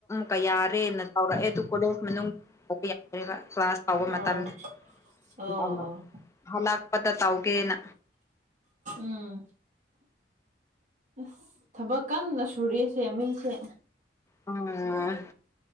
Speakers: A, on the left; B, on the right.
A: ꯀ ꯌꯥꯔꯦꯅ ꯇꯧꯔꯛꯑꯦ ꯑꯗꯨ ꯀꯣꯂꯦꯖ ꯃꯅꯨꯡ ꯌꯥꯗꯦꯕ ꯀ꯭ꯂꯥꯁ ꯇꯧꯕ
B: ꯑꯣ
A: ꯃꯇꯝꯗ
B: ꯑꯣ
A: ꯑꯩꯅ
B: ꯑꯣ
A: ꯍꯜꯂꯛꯄꯗ ꯇꯧꯒꯦꯅ
B: ꯎꯝ ꯑꯁ ꯊꯕꯛ ꯀꯟꯅ ꯁꯨꯔꯤꯁꯦ ꯃꯤꯁꯦ
A: ꯎꯝ